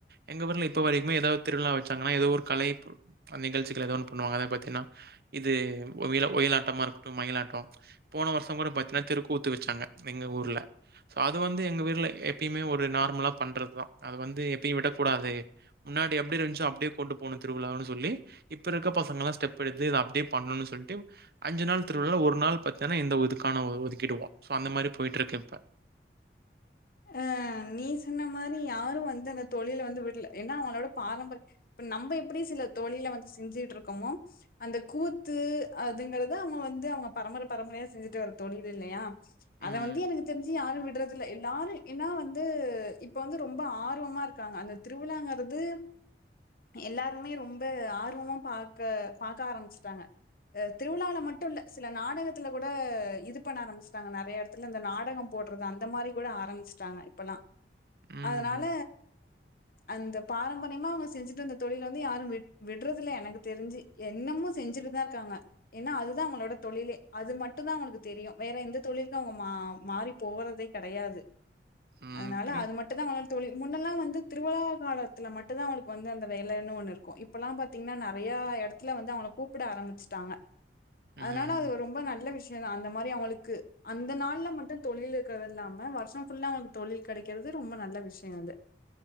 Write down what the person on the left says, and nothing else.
அ நீ சொன்ன மாரி யாரு வந்து அந்த தொழில வந்து விட்ல ஏன்னா அவங்ளோட பாரம்பரிய இப்ப நம்ப எப்புடி சில தொழில வந்து செஞ்சிட்ருக்கமோ அந்த கூத்து அதுங்குறத அவங்க வந்து அவங்க பரம்பர பரம்பரயா செஞ்சுட்டு வர தொழில் இல்லையா அத
வந்து எனக்கு தெரிஞ்சி யாரு விட்றதில்ல எல்லாரு ஏன்னா வந்து இப்ப வந்து ரொம்ப ஆர்வமா இருக்காங்க அந்த திருவிழாங்கறது எல்லாருமே ரொம்ப ஆர்வமா பாக்க பாக்க ஆரம்பிச்சுட்டாங்க அ திருவிழால மட்டு இல்ல சில நாடகத்துல கூட இது பண்ண ஆரம்பிச்சுட்டாங்க நறையடத்துல இந்த நாடகம் போட்றது அந்த மாரி கூட ஆரம்பிச் ச்சாங்க இப்பல்லா
அதனால அந்த பாரம்பரியமா அவங்க செஞ்சுட்டு வந்த தொழில் வந்து யாரு விட் விட்றதுல்ல எனக்கு தெரிஞ்சு என்னமு செஞ்சுட்டுதா இருக்காங்க ஏன்னா அதுதா அவங்களோட தொழிலே அது மட்டு தா அவங்ளுக்கு தெரியு வேற எந்த தொழிலுக்கு அவங்க மா மாறி போவரதே கெடயாது
அதனால
அது மட்டுதா <unintelligible> தொழில் முன் மின்னெல்லா வந்து திருவிழா காலத்துல மட்டுதா அவங்களுக்கு வந்து அந்த வேலேன்னு ஒண்ணு இருக்கும் இப்பல்லா பாத்தீங்ன்னா நறையா எடத்துல வந்து அவங்கள கூப்புட ஆரம்பிச்சுட்டாங்க
அதனால அது ரொம்ப நல்ல விஷ் <unintelligible> அந்த மாரி அவுங்ளுக்கு அந்த நாள்ல மட்டு தொழில் இருக்றது இல்லாம வருஷ்ஷோ ஃபுல்லா வந்து தொழில் கடைக்கிறது ரொம்ப நல்ல விஷயோ அது